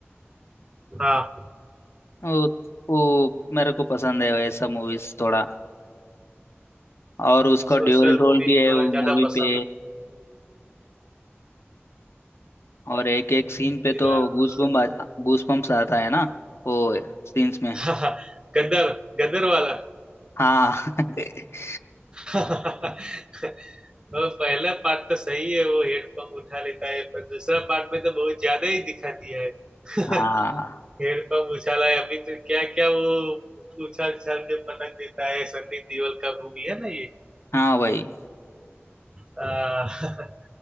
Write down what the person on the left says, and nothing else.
वो वो मेरे को पसंद है ऐसा मूवीज थोड़ा और उसका
ड्यूअल रोल
भी है
वो
मूवी
पे
और एक एक सीन
पे तो गूस बम गूस बम्स आता है ना वो सीन्स में
हाँ <laughs>
हाँ
हाँ भाई